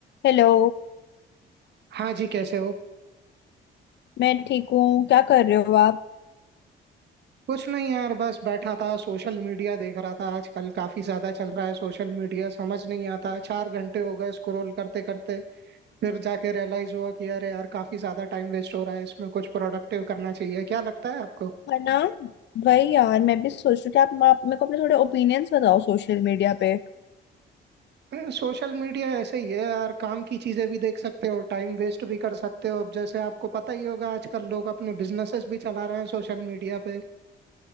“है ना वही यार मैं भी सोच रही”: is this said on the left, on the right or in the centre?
Left